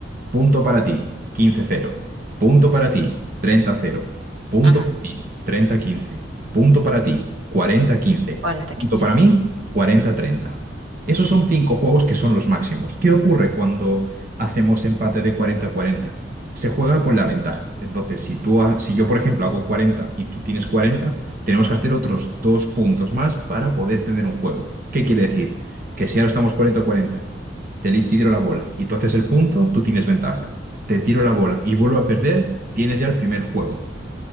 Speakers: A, on the right (about 45°); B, on the right (about 85°).
A: Punto para ti, quince cero. Punto para ti, treinta cero. Punto
B: Ajá.
A: para ti, treinta quince. Punto para ti, cuarenta quince.
B: cuarenta
A: Punto
B: quince
A: para mí, cuarenta treinta. Esos son cinco juegos que son los máximos. ¿Qué ocurre cuando hacemos empate de cuarenta cuarenta? Se juega con la ventaja. Entonces, si tú, ha- si yo, por ejemplo, hago 40 y tú tienes cuarenta tenemos que hacer otros dos puntos más para poder tener un juego. ¿Qué quiere decir? Que si ahora estamos cuarenta cuarenta? te le tiro la bola y tú haces el punto, tú tienes ventaja. Te tiro la bola y vuelvo a perder, tienes ya el primer juego.